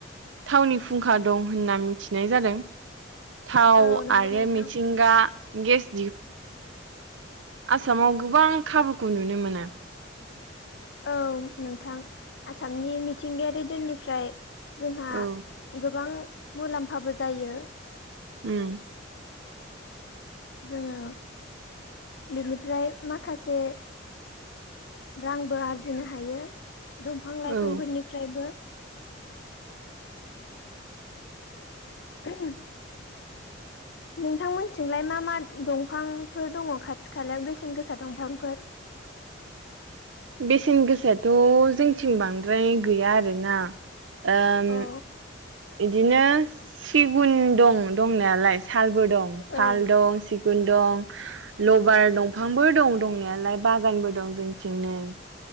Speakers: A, on the right; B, on the left.
A: थावनि फुंखा दं होनना मिथिनाय जादों। थाव
B: औ नंगौ
A: आरो
B: नोंथां
A: मिथिंगा गेस
B: <inaudible>
A: सामाव गोबां खाबुखौ नुनो मोनो।
B: औ नोंथां आसामनि मिथिंगायारि दोननिफ्राय जोंहा
A: औ
B: गोबां मुलाम्फाबो जायो।
A: उम
B: जोङो बिनिफ्राय माखासे रांबो आरजिनो हायो दंफां लाइफांफोरनिफ्रायबो
A: औ
B: <unintelligible>
A: <inaudible>
B: नोंथांमोनथिंलाय मा मा दंफांफोर दङ खाथि खालायाव बेसेन गोसा दंफांफोर
A: <inaudible> बेसेन गोसायाथ' जोंथिं बांद्राय गैया आरोना ओम
B: औ
A: बिदिनो सिगुन दं दंनायालाय सालबो दं साल
B: औ
A: दं सिगुन दं लबार दंफांबो दं दंनायालाय बागानबो दं जोंथिं नो